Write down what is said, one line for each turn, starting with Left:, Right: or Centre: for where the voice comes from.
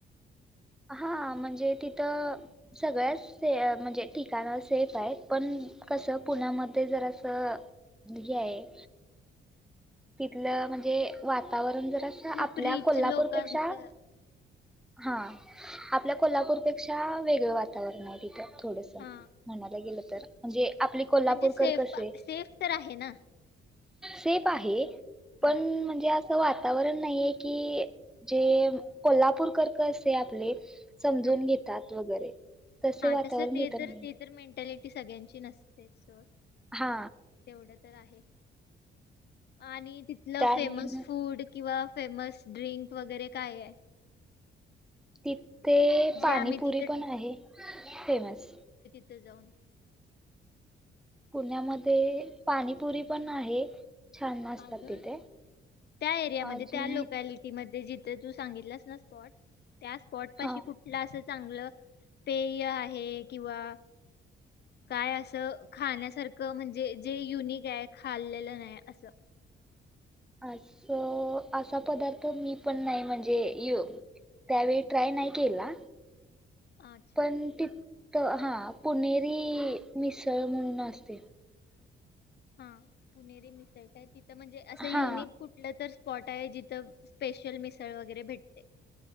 Centre: हा म्हणजे तिथं सगळ्याच म्हणजे ठिकाण सेफ आहेत पण कसं पुण्यामध्ये जरास असं हे आहे. तिथलं म्हणजे वातावरण पण जरासं
Left: खूप
Centre: आपल्या
Left: रिच
Centre: कोल्हापूरपेक्षा
Left: लोकांचं
Centre: हा आपल्या कोल्हापूरपेक्षा वेगळं वातावरण आहे तिथं थोडस म्हणाय
Left: हा
Centre: गेलं तर म्हणजे आपले कोल्हापूरकर
Left: म्हणजे सेफ
Centre: कसे
Left: सेफ तर आहे ना
Centre: सेफ फ आहे पण
Left: हा
Centre: म्हणजे आ अस वातावरण नाहीये की जे कोल्हापूर कर कसे आपले समजून
Left: हम्म
Centre: घेतात वगैरे तसे
Left: हा
Centre: वातावरण
Left: तसं ते
Centre: तिथं
Left: तर
Centre: नाही
Left: ते तर मेंटॅलिटी सगळ्यांची नसते सोड
Centre: हा
Left: तेवढं तर आहे आणि तिथलं
Centre: त्या आहे
Left: फेमस
Centre: ना,
Left: फूड किंवा फेमस ड्रिंक वगैरे काय आहे?
Centre: ते ते
Left: जे
Centre: पाणीपुरी
Left: आम्ही तिथे
Centre: पण आहे फेमस
Left: तिथं जाऊन.
Centre: पुण्यामध्ये पाणीपुरी पण आहे. छान असतात
Left: अजून
Centre: तिथे
Left: त्या एरियामध्ये
Centre: अजून
Left: त्या लोकॅलिटी मध्ये ते तू सांगितलंस ना स्पॉट -- त्या स्पॉट पाशी
Centre: हा
Left: कुठला असं चांगलं पेय आहे किंवा काय असं खाण्यासारखं म्हणजे जे युनिक आहे खाल्लेलं नाही असं
Centre: अस असा पदार्थ मी पण नाही म्हणजे त्यावेळी ट्राय नाही केला.
Left: अच्छा
Centre: पण ती तर हा पुणेरी मिसळ म्हणून असते‌.
Left: हा पुणेरी मिसळ का आहे तिथं म्हणजे असं युनिक
Centre: हा
Left: कुठलं तर स्पॉट आहे जिथं स्पेशल मिसळ वगैरे भेटते.